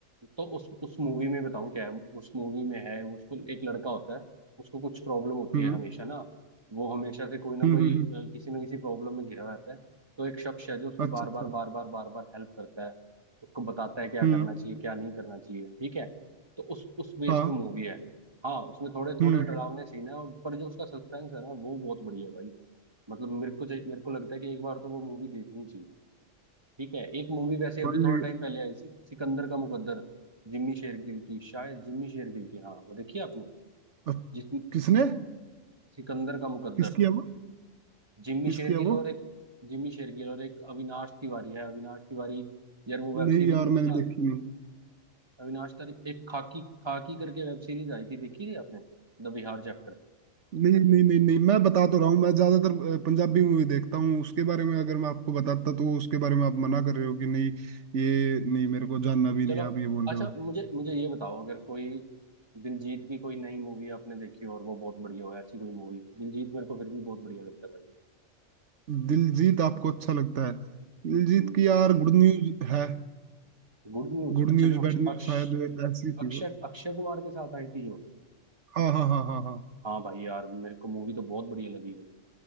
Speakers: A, on the right; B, on the right.
A: तो उस उस मूवी में बताऊं क्या है उस मूवी में है वो उसको एक लड़का होता है उसको कुछ प्रॉब्लम होती
B: हम्म
A: है हमेशा ना वो हमेशा से कोई ना
B: हम्म
A: कोई
B: हम्म हम्म,
A: अ, किसी ना किसी प्रॉब्लम में घिरा रहता है तो एक शख्स है जो उसकी
B: अच्छा
A: बार
B: अच्छा
A: बार बार बार बार बार हेल्प करता है उसको बताता है क्या
B: हम्म
A: करना चाहिए क्या नहीं करना चाहिए ठीक है तो उस उस बेस
B: हाँ
A: पे मूवी है हाँ उसमें थोड़े थोड़े
B: हम्म
A: डरावने सीन है और पर जो उसका सस्पेंस है ना वो बहुत बढ़िया है भाई मतलब मेरे को चाहिए- मेरे को लगता है कि एक बार तो वो मूवी देखनी चाहिए ठीक है एक मूवी वैसे अभी
B: भाई
A: थोड़ा टाइम पहले आई थी सिकंदर का मुकद्दर जिम्मी शेरगिल की शायद जिम्मी शेरगिल की हाँ वो देखी आपने
B: अ,
A: जिस
B: किसने
A: सिकंदर का मुकद्दर
B: किसकी है वो
A: जिम्मी
B: किसकी
A: शेरगिल
B: है वो
A: और एक जिम्मी शेरगिल और एक अविनाश तिवारी है अविनाश तिवारी यार वो
B: नहीं
A: वेब सीरीज
B: यार
A: में नहीं
B: मैंने
A: था
B: देखी नहीं
A: अविनाश तिवारी एक खाकी खाकी करके वेब सीरीज आई थी देखी थी आपने द बिहार चैप्टर
B: नहीं नहीं नहीं नहीं मैं बता तो रहा हूँ मैं ज्यादातर अ, पंजाबी मूवी देखता हूँ उसके बारे में अगर मैं आपको बताता तो उसके बारे में आप मना कर रहे हो कि नहीं ये नहीं मेरे को जानना भी
A: चलो
B: नहीं है, आप ये बोल
A: अच्छा
B: रहे हो
A: मुझे मुझे ये बताओ अगर कोई दिलजीत की कोई नई मूवी आपने देखी हो और वो बहुत बढ़िया हो ऐसी कोई मूवी दिलजीत मेरे को फिर भी बहुत बढ़िया लगता है भाई
B: दिलजीत आपको अच्छा लगता है दिलजीत
A: हम्म।
B: की यार गुड न्यूज है
A: गुड न्यूज
B: गुड
A: अच्छा
B: न्यूज
A: जो अक्ष
B: बैड न्यूज
A: अक्ष
B: शायद ऐसी थी
A: अक्षय
B: वो
A: अक्षय कुमार के साथ आई थी जो
B: हाँ हाँ हाँ हाँ हाँ
A: हाँ भाई यार मेरे को मूवी तो बहुत बढ़िया लगी वो